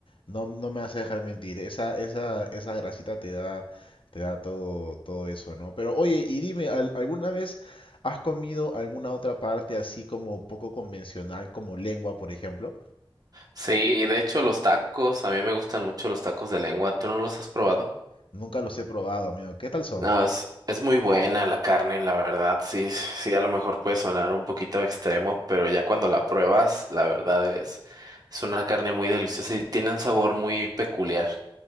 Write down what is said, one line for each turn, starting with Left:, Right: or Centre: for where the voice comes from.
Left: No, no me vas a dejar mentir. Esa, esa, esa grasita te da, te da todo, todo eso, ¿no? Pero oye, y dime, ¿al- ¿alguna vez has comido alguna otra parte así como poco convencional, como lengua, por ejemplo?
Right: Sí, y de hecho los tacos, a mí me gustan mucho los tacos de lengua. ¿Tú no los has probado?
Left: Nunca los he probado, amigo. ¿Qué tal son?
Right: No, es, es muy buena la carne, la verdad. Sí, sí, a lo mejor puede sonar un poquito extremo, pero ya cuando la pruebas, la verdad es, es una carne muy deliciosa y tiene un sabor muy peculiar.